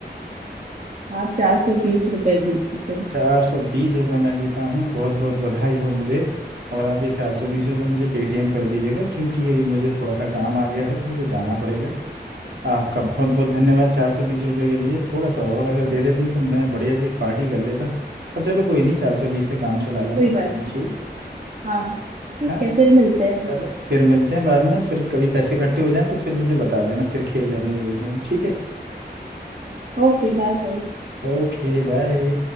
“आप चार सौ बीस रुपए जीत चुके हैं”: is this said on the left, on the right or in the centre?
Right